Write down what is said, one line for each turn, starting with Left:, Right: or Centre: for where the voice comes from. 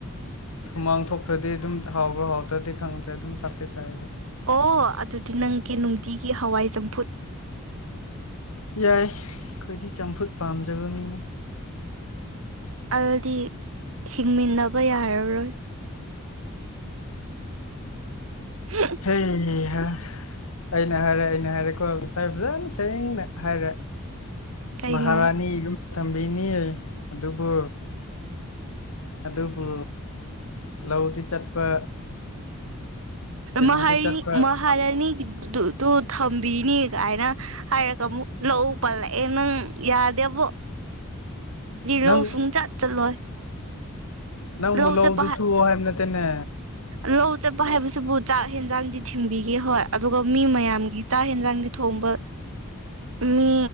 Left: ꯍꯨꯃꯥꯡ ꯊꯣꯛꯈ꯭ꯔꯗꯤ ꯑꯗꯨꯝ ꯍꯥꯎꯕ꯭ꯔꯥ ꯍꯥꯎꯗ꯭ꯔꯗꯤ ꯈꯪꯗ꯭ꯔꯦ ꯑꯗꯨꯝ ꯊꯥꯛꯄꯤꯤ ꯆꯥꯏꯔꯤꯁꯦ
Right: ꯑꯣ ꯑꯗꯨꯗꯤ ꯅꯪꯒꯤ ꯅꯨꯡꯇꯤꯒꯤ ꯍꯋꯥꯏ ꯆꯝꯐꯨꯠ
Left: ꯌꯥꯏ ꯑꯩꯈꯣꯏꯗꯤ ꯆꯝꯐꯨꯠ ꯄꯥꯝꯖꯕ ꯃꯤꯅ
Right: ꯑꯗꯨꯗꯤ ꯍꯤꯡꯃꯤꯟꯅꯕ ꯌꯥꯔꯔꯣꯏ ꯍꯥ
Left: ꯍꯩ ꯍꯥ ꯑꯩꯅ ꯍꯥꯏꯔꯦ ꯑꯩꯅ ꯍꯥꯏꯔꯦꯀꯣ ꯉꯁꯥꯏ ꯐꯖꯅ ꯁꯦꯡꯅ ꯍꯥꯏꯔꯦ
Right: ꯀꯩꯅꯣ
Left: ꯃꯍꯥꯔꯥꯅꯤꯒꯨꯝꯕ ꯊꯝꯕꯤꯅꯤ ꯑꯗꯨꯕꯨ ꯑꯗꯨꯕꯨ ꯂꯧꯗꯤ ꯆꯠꯄ ꯀꯩꯅꯣꯗꯤ
Right: ꯃꯍꯥꯔꯅꯤ
Left: ꯆꯠꯄ
Right: ꯃꯍꯥꯔꯥꯅꯤ ꯑꯗꯨꯨ ꯊꯝꯕꯤꯅꯤ ꯀꯥꯏꯅ ꯍꯥꯏꯔꯒ ꯑꯃꯨꯛ ꯂꯧꯎ ꯄꯜꯂꯛꯑꯦ ꯅꯪ ꯌꯥꯗꯦꯕꯣ <inaudible> ꯂꯧ
Left: ꯅꯪ
Right: ꯁꯨꯡ ꯆꯠ ꯆꯠꯂꯣꯏ
Left: ꯅꯪꯕꯨ
Right: ꯂꯧ
Left: ꯂꯧꯗꯨ
Right: ꯆꯠꯄ
Left: ꯁꯨ ꯍꯥꯏꯕ ꯅꯠꯇꯦꯅꯦ
Right: ꯂꯧ ꯆꯦ ꯄꯍꯤꯦꯕꯨꯁꯨꯕꯨ ꯆ ꯆꯥꯛ ꯌꯦꯟꯖꯥꯡꯗꯤ ꯊꯤꯡꯕꯤꯒꯦ ꯍꯣꯏ ꯑꯗꯨꯒ ꯃꯤ ꯃꯌꯥꯝꯒꯤ ꯆꯥꯛ ꯌꯦꯟꯖꯥꯡꯗꯤ ꯊꯣꯡꯕ ꯃꯤ